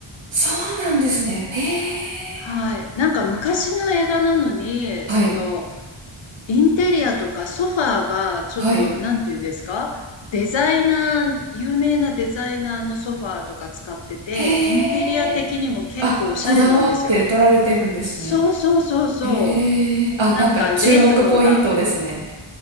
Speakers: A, on the right; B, on the left.
A: そうなんですね。へ
B: はい。
A: え、
B: なんか昔の映画なのに、
A: はい、
B: その、インテリアとかソファーがちょっと、
A: はい。
B: なんていうんですかデザイナー、有名なデザイナーのソファーとか使ってて、
A: へえ、
B: インテリア的にも結構おしゃれなんですよ。
A: あ、こだわって撮られてるんですね。
B: そうそうそうそ
A: へえ、あ、
B: う。なんかレトロな。
A: なんか注目ポイントですね。